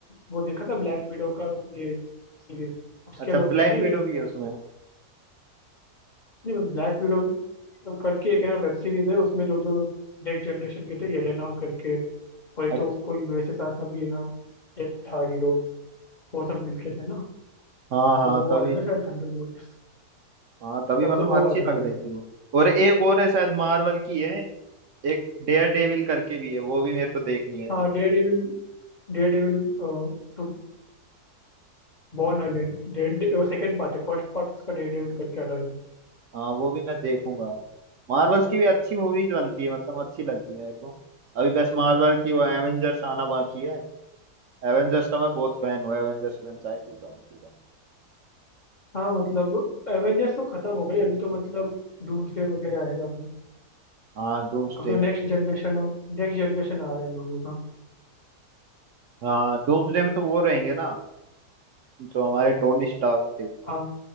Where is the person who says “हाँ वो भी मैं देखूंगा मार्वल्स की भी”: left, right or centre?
Right